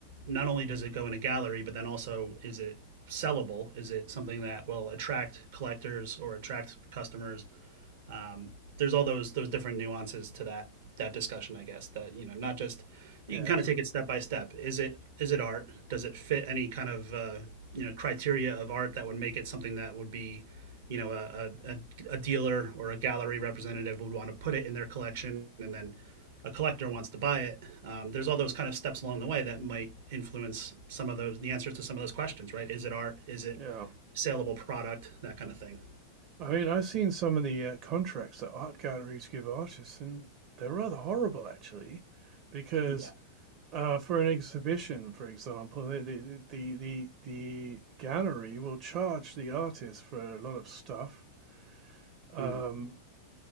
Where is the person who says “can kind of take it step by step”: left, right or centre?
Right